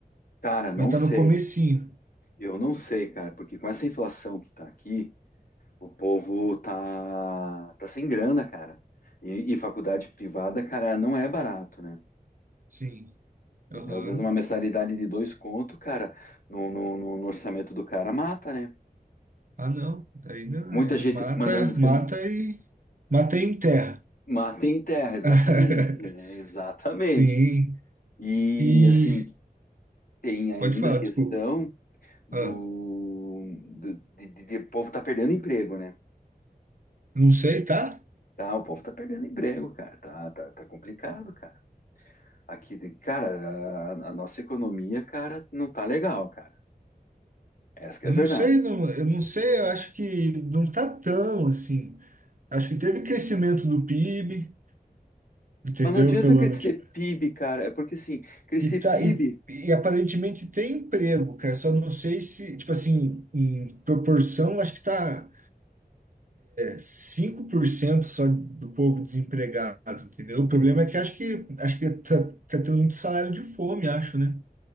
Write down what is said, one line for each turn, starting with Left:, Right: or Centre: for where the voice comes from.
Left: cara, não
Right: Mas tá
Left: sei.
Right: no comecinho.
Left: Eu não sei, cara, porque com essa inflação que está aqui, O povo tá, tá sem grana, cara. E, e faculdade privada, cara, não é barato, né?
Right: Sim.
Left: Entendeu?
Right: Aham.
Left: Às vezes uma mensalidade de dois conto, cara, no, no, no- no orçamento do cara mata, né?
Right: Ah, não. Daí não
Left: Muita
Right: é.
Left: gente
Right: Mata,
Left: mandando você
Right: mata e. Mata e enterra.
Left: mata em terra,
Right: <laughs>
Left: exatamente. é, exatamente.
Right: Sim.
Left: E
Right: E.
Left: assim, tem ainda
Right: Pode falar,
Left: a questão
Right: desculpa.
Left: do,
Right: Ah,
Left: do de, de- de o povo tá perdendo emprego, né?
Right: não sei, tá?
Left: Tá, o povo tá perdendo emprego, cara. Tá, tá, tá complicado, cara. Aqui, cara, a, a nossa economia, cara, não tá legal, cara. Essa que
Right: Eu
Left: é a verdade.
Right: não sei, não, eu não sei, eu acho que não tá tão assim. Acho que teve crescimento do PIB, entendeu?
Left: Mas não adianta
Right: Pelo
Left: crescer
Right: menos. tipo,
Left: PIB, cara. É porque, assim, crescer
Right: e, tá,
Left: PIB,
Right: e, e aparentemente tem emprego, cara. Só não sei se, tipo assim, em proporção, acho que tá. 5% só do povo desempregado, entendeu? O problema é que acho que acho que tá, tá tendo muito salário de fome, acho, né?